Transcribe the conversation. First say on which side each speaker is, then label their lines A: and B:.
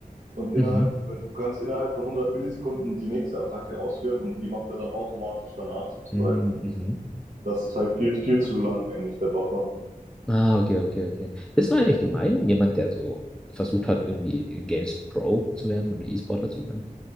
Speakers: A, on the right (about 55°); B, in the centre.
A: und innerhalb,
B: Mhm.
A: wenn- du kannst innerhalb von 100 Millisekunden die nächste Attacke ausführen und die macht er dann automatisch danach sozusagen.
B: Mhm. Mhm.
A: Das ist halt viel, viel zu lang eigentlich, der Buffer.
B: Ah, okay, okay, okay. Bist du eigentlich gemein? Jemand, der so versucht hat, irgendwie Games Pro zu werden oder E-Sportler zu werden?